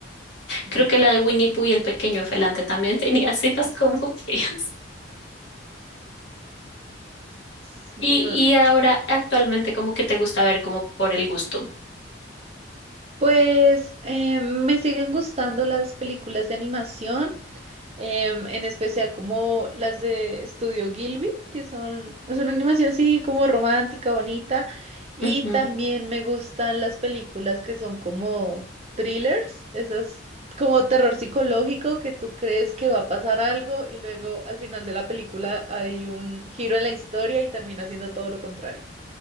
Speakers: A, on the right; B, on the left.
A: Mm,
B: Creo que la de Winnie Pooh y el pequeño felante también <laughs> tenía escenas como feas.
A: Sí,
B: Y,
A: o-
B: y ahora, actualmente, como que te gusta ver como por el gusto.
A: pues eh, me siguen gustando las películas de animación. em, en especial como las de Estudio Gilby, que son, es una animación así como romántica, bonita, y
B: Ujú.
A: también me gustan las películas que son como thrillers, esas como terror psicológico que tú crees que va a pasar algo y luego al final de la película hay un giro en la historia y termina siendo todo lo contrario.